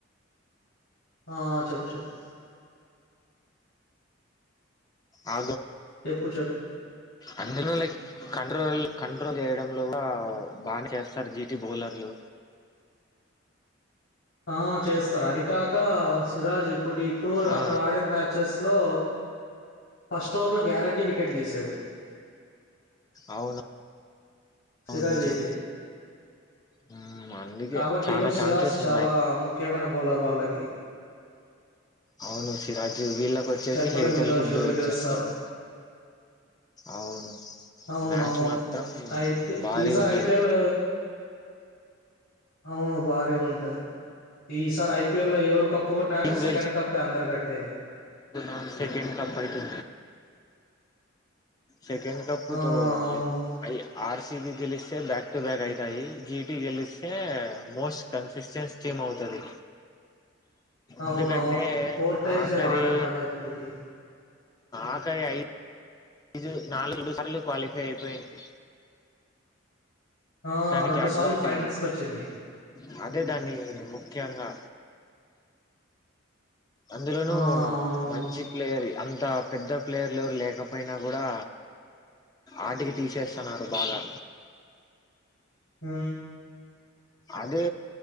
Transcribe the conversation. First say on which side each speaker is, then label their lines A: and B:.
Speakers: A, on the left (about 75°); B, on the left (about 20°).
A: ఆ చెప్ చెప్
B: అ
A: చెప్పు చెప్పు
B: అందును లైక్ కంట్రోల్ కంట్రోల్ చేయడంలో బాగానే చేస్తారు జీటి బౌలర్లు
A: ఆ చేస్తారు అది కాక సిరాజ్ ఇప్పుడు ఇప్పటి వరకు
B: ఆ
A: అక్కడ ఆడిన మ్యాచెస్లో ఫస్ట్ ఓవర్లో గ్యారంటీ వికెట్ తీశాడు
B: అవును
A: సిరాజ్
B: అవును నిజం
A: అయితే
B: మ్మ్, అందుకే
A: కాబట్టి
B: చాలా
A: ఈరోజు
B: ఛాన్సెస్
A: సిరాజ్ చాలా
B: ఉన్నాయి
A: ముఖ్యమైన బౌలర్ వాళకి
B: అవును శిరాజ్ వీళ్ళకి వచ్చేసి
A: చెప్పలేము
B: హేటల్
A: ఈరోజు
B: హుడ్
A: ఎవరు
B: వచ్చేస్తాడు
A: గెలుస్తారు
B: అవును
A: అవును
B: మ్యాచ్
A: అవును
B: మాత్రం
A: అయితే
B: భారీ
A: ఈసారి
B: ఉంటది
A: ఐపీఎల్ అవును భారీగా ఉంటది ఈసారి ఐపీఎల్ లో ఎవరు కప్పు కొట్టినా కానీ
B: అవును
A: సెకండ్ కప్పే అందరు కట్టేది
B: అవును సెకండ్ కప్ అయితే సెకండ్ కప్
A: ఆ,
B: తో
A: అవును
B: లైలక్ఐ ఆర్సీ బి గెలిస్తే బ్యాక్ టు బ్యాక్ అయితాయి జిటి గెలిస్తే మోస్ట్ కన్సిస్టెంట్ టీమ్ అవుతది
A: అవునవును.
B: ఎందుకంటే
A: టైమ్స్
B: ఆఖరి
A: ఏమో ఆడారు కదా ఇప్పటికి.
B: ఆఖరి అఐ ఈజు నాలుగు సార్లు క్వాలిఫై అయిపోయింది
A: ఆ!
B: దానికి అడ్వాంటేజ్
A: సార్లు ఫైనల్స్‌కొచ్చింది.
B: స్ అదే దాన్ని ముఖ్యంగా అందులోనుూ
A: ఆ! అవునవును.
B: మంచి ప్లేయర్ వి అ అంత పెద్ద ప్లేయర్లు లేకపోయినా కూడా ఆటికి తీసేస్తున్నారు బాగా
A: ఆ
B: అదే